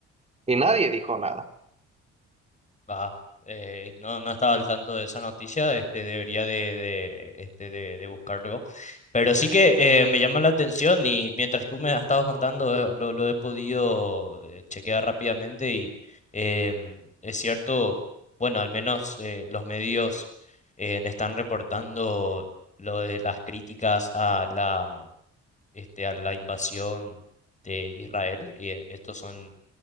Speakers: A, on the right; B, on the left.
A: y nadie dijo nada.
B: Ah, eh, no, no estaba al tanto de esa noticia, este, debería de, de, este, de, de buscarlo. Pero sí que eh, me llama la atención y mientras tú me has estado contando, eh, lo, lo he podido eh, chequear rápidamente y em, es cierto, bueno, al menos eh, los medios eh, están reportando lo de las críticas a la, este, a la invasión de Israel y eh, estos son...